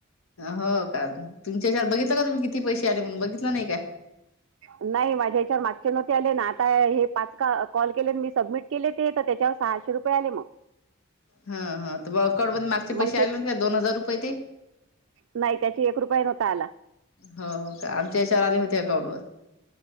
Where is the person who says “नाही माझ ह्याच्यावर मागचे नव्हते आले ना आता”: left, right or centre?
Right